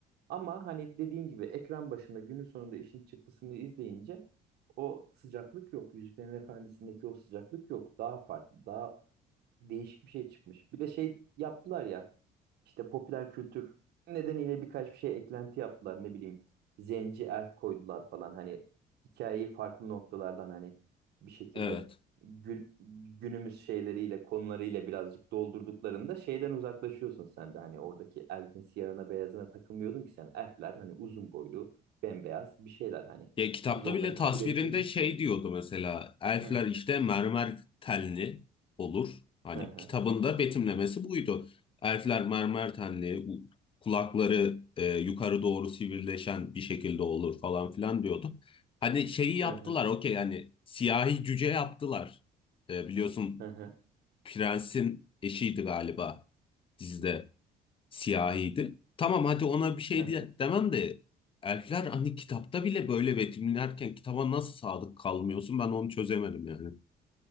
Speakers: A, on the right; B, on the left.
A: Ama hani dediğin gibi ekran başında günün sonunda işin çıktısını izleyince o sıcaklık yok. Yüzüklerin Efendisi'ndeki o sıcaklık yok. Daha farklı, daha değişik bir şey çıkmış. Bir de şey yaptılar ya. İşte popüler kültür nedeniyle birkaç bir şey eklenti yaptılar. Ne bileyim zenci elf koydular falan. Hani hikayeyi farklı noktalardan hani bir şekilde
B: Evet.
A: gü- günümüz şeyleriyle konularıyla birazcık doldurduklarında şeyden uzaklaşıyorsun sen de. Hani oradaki elfin siyahına beyazına takılmıyordun ki sen. Elfler hani uzun boylu bembeyaz bir şeyler hani.
B: Ya kitapta
A: Biz onları
B: bile tasvirinde
A: kabul ettik.
B: şey diyordu mesela elfler
A: <laughs> Hı
B: işte mermer tenli olur. Hani
A: hı hı
B: kitabında betimlemesi buydu. Elfler mermer tenli, u- kulakları e, yukarı doğru sivrileşen bir şekilde olur falan filan diyordu. Hani şeyi yaptılar
A: hı
B: okey hani siyahi cüce yaptılar. E, biliyorsun
A: hı hı.
B: prensin eşiydi galiba dizide. siyahiydi. Tamam hadi ona bir şey
A: hı hı.
B: diye, demem de elfler hani kitapta bile böyle betimlerken kitaba nasıl sadık kalmıyorsun ben onu çözemedim yani.